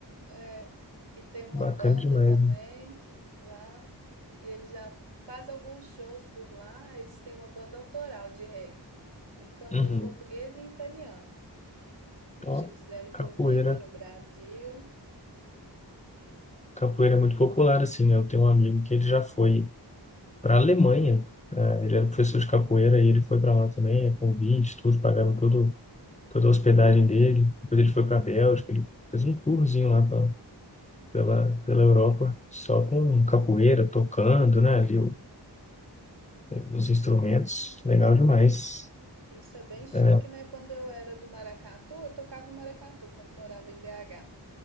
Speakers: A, on the right; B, on the left.
A: É, e tem uma
B: bacana
A: banda
B: demais,
A: também
B: né?
A: lá. E ele já faz alguns shows por lá. Eles têm uma banda autoral de reggae. E canta
B: Uhum.
A: em português e em italiano.
B: Ó,
A: e já fizeram turnê
B: capoeira.
A: aqui no Brasil.
B: Capoeira é muito popular, assim, né? Eu tenho um amigo que ele já foi pra Alemanha. né? Ele era professor de capoeira e ele foi para lá também, é convite, tudo, pagaram todo, toda a hospedagem dele. Depois ele foi pra Bélgica, ele fez um tourzinho lá pela, pela Europa, só com capoeira, tocando, né, ali o- os instrumentos, legal demais.
A: Isso é bem chique,
B: É,
A: né? Quando eu era do Maracatu, eu tocava o maracatu quando morava em BH.